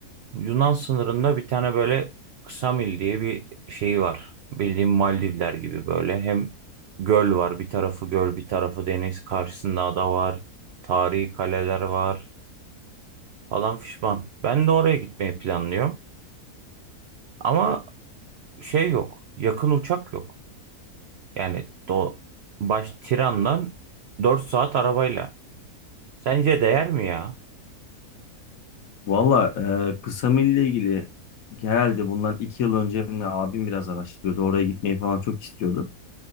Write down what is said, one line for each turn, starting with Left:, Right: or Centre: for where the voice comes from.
Right: Yunan sınırında bir tane böyle Ksamil diye bir şey var. Bildiğim Maldivler gibi böyle. Hem göl var. Bir tarafı göl, bir tarafı deniz. Karşısında ada var. Tarihi kaleler var. falan fişman. Ben de oraya gitmeyi planlıyorum. Ama şey yok. Yakın uçak yok. Yani do baş Tiran'dan 4 saat arabayla. Sence değer mi ya?
Left: Valla e, kısa milli ilgili herhalde bundan iki yıl önce mi ne, abim biraz araştırıyordu. Oraya gitmeyi falan çok istiyordu.